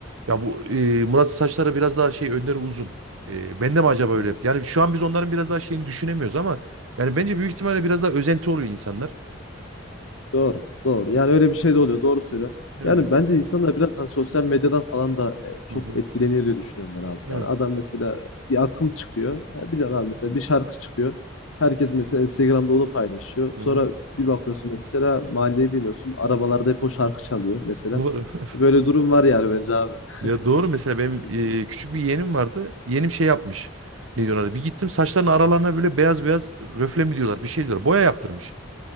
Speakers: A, on the right (about 85°); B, on the left (about 85°).
A: Ya bu e, Murat'ın saçları biraz daha şey önleri uzun. E, ben de mi acaba
B: Hmm.
A: öyle? Yani şu an biz onların biraz daha şeyini düşünemiyoruz ama yani bence büyük ihtimalle biraz daha özenti oluyor insanlar.
B: Doğru, doğru. Yani öyle bir şey de oluyor. Doğru söylüyorsun.
A: Yani.
B: Yani bence insanlar biraz hani sosyal medyadan falan da e, çok
A: Hı hı.
B: etkileniyor diye düşünüyorum ben abi.
A: Evet.
B: Yani adam mesela bir akım çıkıyor. Ya biliyorsun abi mesela bir şarkı çıkıyor. Herkes mesela Instagram'da onu paylaşıyor.
A: Hı
B: Sonra
A: hı.
B: bir bakıyorsun mesela mahalleye biniyorsun. Arabalarda hep o şarkı çalıyor mesela.
A: Doğru. <laughs>
B: Böyle durum var yani bence abi. <laughs>
A: Ya doğru mesela benim
B: Öyle bir-
A: e, küçük bir yeğenim vardı. Yeğenim şey yapmış. Ne diyorlar? adı? Bir gittim saçlarının aralarına böyle beyaz beyaz röfle mi diyorlar bir şey diyorlar. Boya yaptırmış.